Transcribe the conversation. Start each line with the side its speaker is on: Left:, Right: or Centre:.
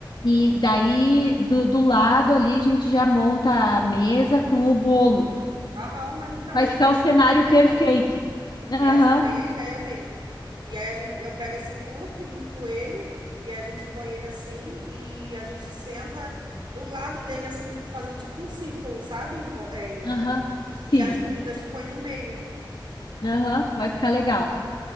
Left: E daí, do, do lado ali, a gente já monta a mesa com o bolo.
Right: aham, mas então
Left: Vai
Right: é
Left: ficar
Right: isso aí
Left: o cenário
Right: que é a ide-
Left: perfeito.
Right: a ideia.
Left: Aham,
Right: Essa é bem a ideia mesmo. E aí a gente, eu pego esse puff, inflo ele, e a gente põe ele assim, e a gente senta do lado dele, assim, fazendo tipo um círculo, sabe? Em vo- é,
Left: aham, sim.
Right: e as comidas põe no meio.
Left: Aham, vai ficar legal.